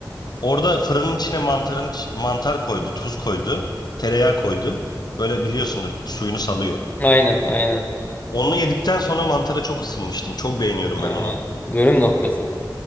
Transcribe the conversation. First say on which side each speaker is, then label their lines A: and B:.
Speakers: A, on the left; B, on the left.
A: Orada fırının içine mantarın iç- mantar koydu, tuz koydu, tereyağı koydu. Böyle biliyorsundur suyunu salıyor.
B: Aynen aynen.
A: Onu yedikten sonra mantara çok ısınmıştım. Çok beğeniyorum
B: Ha.
A: ben onu.
B: Dönüm noktası.